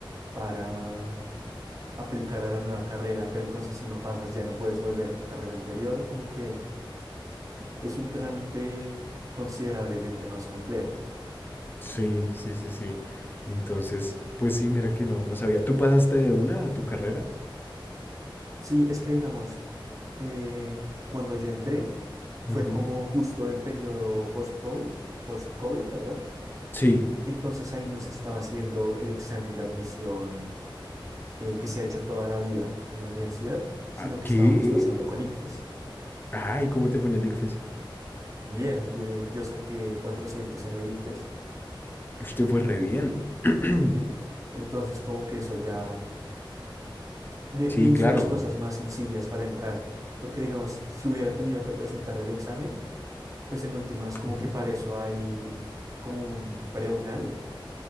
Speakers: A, on the right; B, on the left.
A: para aplicar a la nueva carrera, pero entonces si no pasas ya no puedes volver a tu carrera anterior, como que es un trámite considerablemente más complejo.
B: Sí, sí, sí, sí. Entonces, pues sí, mira que no, no sabía. ¿Tú pasaste de una a tu carrera?
A: Sí, es que digamos, eh, cuando yo entré, fue
B: Ujú.
A: como justo del periodo post-COVID, post-COVID, perdón.
B: Sí.
A: Entonces ahí no se estaba haciendo el examen de admisión eh, que se ha hecho toda la vida en la universidad, sino
B: ¿A
A: que
B: qué?
A: estábamos pasando con ICFES.
B: Ay, ¿cómo te fue en el ICFES?
A: Bien, yo, yo saqué 400 en el ICFES,
B: Ush, te fue re bien. <clears throat>
A: sí. Entonces como que eso ya me,
B: Sí,
A: me hizo
B: claro.
A: las cosas más sencillas para entrar, porque digamos, si hubiera tenido que presentar el examen, pues en últimas, como
B: Ujú.
A: que para eso hay como un preunal,